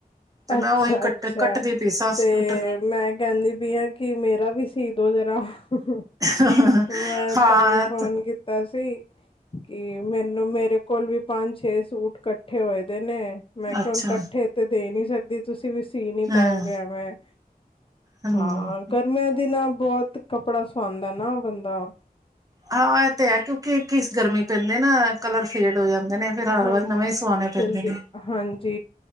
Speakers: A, on the right; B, on the left.
A: ਤੇ ਮੈਂ
B: ਅੱਛਾ
A: ਉਹੀ ਕੱਟ
B: ਅੱਛਾ
A: ਕੱਟਦੀ ਪਈ ਸਾਂ
B: ਤੇ
A: ਸੂਟ
B: ਮੈਂ ਕਹਿੰਦੀ ਪਈ ਆ ਕਿ ਮੇਰਾ ਵੀ ਸੀ ਦੋ ਹਜ਼ਾਰ ਰਾਹ
A: ਹਾਂ
B: ਮੈਂ
A: ਹਾਂ
B: ਤਾਂਹੀ ਫੋਨ ਕੀਤਾ ਸੀ ਕੀ ਮੈਨੂੰ ਮੇਰੇ ਕੋਲ ਵੀ ਪੰਜ ਛੇ ਸੂਟ ਇਕੱਠੇ ਹੋਏ ਦੇ ਨੇ ਮੈਂ ਕਿਹਾ
A: ਅੱਛਾ
B: ਹੁਣ ਇਕੱਠੇ ਤੇ ਤੇ ਸਕਦੀ ਤੁਸੀਂ ਵੀ ਸੀ ਨੀ
A: ਹਾਂ
B: ਪਾਓਗੇ ਮੈਂ
A: ਹਮ
B: ਹਾਂ ਗਰਮੀਆਂ ਦਿਨਾਂ ਬਹੁਤ ਕੱਪੜਾ ਸਆਦਾ ਦਾ ਨਾ ਬਦਾ
A: ਹਾਂ ਇਹ ਤੇ ਹੈ ਕਿਉਂਕਿ ਕੀ ਗਰਮੀ ਪੈਂਦੇ ਨਾ ਕਲਰ ਫੇਡ ਹੋ ਜਾਂਦੇ ਨੇ ਫਿਰ ਹਰ
B: ਹਾਂਜੀ
A: ਵਾਰ ਨਵੇਂ ਸਵਾਣੇ
B: ਬਹੁਤ
A: ਪੈਂਦੇ
B: ਜਲਦੀ
A: ਨੇ
B: ਹਾਂਜੀ